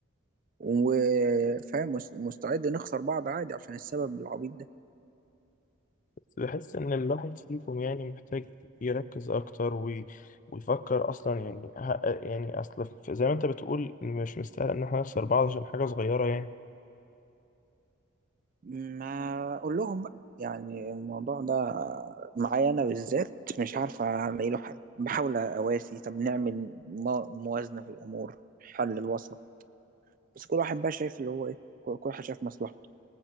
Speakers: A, on the right; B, on the left.
A: وفاهم مس- مستعد نخسر بعض عادي عشان السبب العبيط ده
B: بس بحس إن الواحد فيكم يعني محتاج يركز أكتر وي... ويفكر أصلا يعني ه... يعني أصل ف- زي ما أنت بتقول مش مستاهل إن إحنا نخسر بعض عشان حاجة صغيرة يعني
A: ما أقول لهم بقى يعني الموضوع ده معايا أنا بالذات مش عارف ألاقي له حل بحاول أواسي طب نعمل مو- موازنة في الأمور حل الوسط بس كل واحد بقى شايف اللي هو ايه كل كل واحد شايف مصلحته